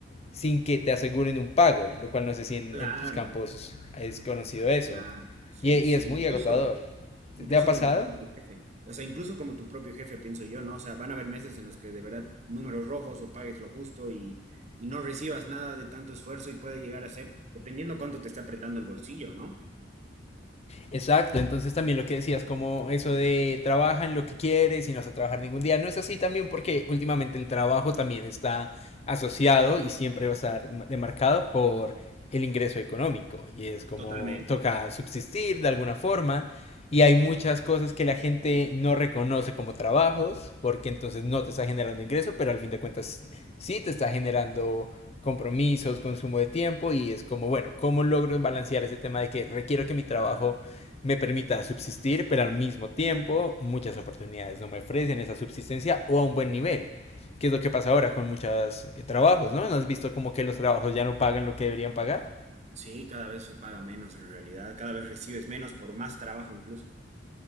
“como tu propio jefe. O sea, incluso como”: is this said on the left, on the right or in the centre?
Right